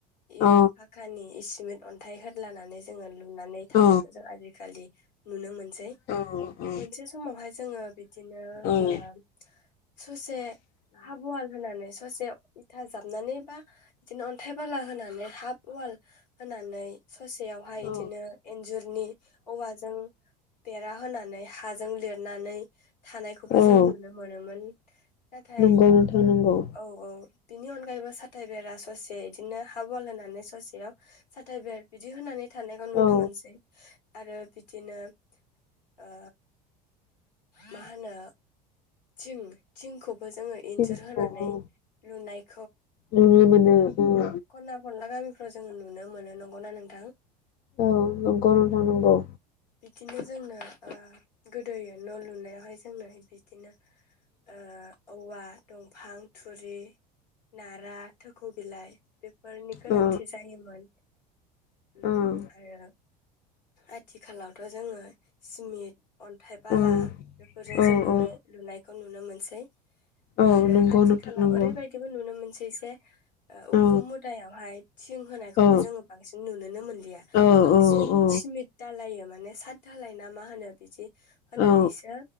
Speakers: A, on the left; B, on the left.
A: इयो
B: औ
A: फाखानि इस सिमेट अन्थाइ होदलानानै जोङो लुनानै थानायखौ
B: औ
A: जों आजिखालि नुनो मोनसै।
B: औ
A: मोनसे समावहाय जोङो बिदिनो
B: औ
A: ओम ससे हाब उवाल होनानै ससे इथा जाबनानै बा इदिनो अन्थाइ बाला होनानै हाफ अवाल होनानै ससेयावहाय
B: औ
A: इदिनो इन्जुरनि औवाजों बेरा होनानै हाजों लिरनानै थानायखौबो
B: औ
A: जों नुनो मोनोमोन। नाथाय
B: नंगौ नोंथां नंगौ।
A: औ औ बिनि अनगायैबो साथाइ बेरा ससे इदिनो हाब उवाल होनानै ससेयाव साथा बेर बिदि होनानै थानायखौ नुनो
B: औ
A: मोनसै आरो बिदिनो ओ मा होनो? थिं थिंखौब बो जोङो
B: थिंखौ
A: इन्जुर होनानै
B: औ
A: लुनायख
B: नुनो माने उम‌।
A: खना खनला गामिफ फ्रा जोंङो नुनो मोनो नंगौना नोंथां?
B: अ नोंगौ नोंथां नोंगौ।
A: बिदिनो जोंनो ओ गोदोयो न' लुनायावहाय जोंनो बिदिनो ओ औवा, दंफां, थुरि, नारा थोखौ बिलाइ। बेफोरनि गोनांथि
B: औ
A: जायोमोन उम
B: औ
A: आरो आथिखालावथ' जोङो सिमिट, अन्थाइ, बाला
B: औ
A: बेफोरजोंसो
B: औ
A: लुनो
B: औ
A: लुनायखौ नुनो मोनसै।
B: औ
A: आरो
B: नंगौ
A: आथिखालाव
B: नोंथां नंगौ
A: ओरैबायदिबो नुनो मोनसैज बे ओ
B: औ
A: खुम मुदायावहाय थिं होनायखौबो
B: औ
A: जोङो बांसिन नुुनोनो मोनलिया
B: औ
A: बांसिन
B: औ औ
A: सिमिट दालायो माने साादधालायना मा होनो बिदि होनानैसो
B: औ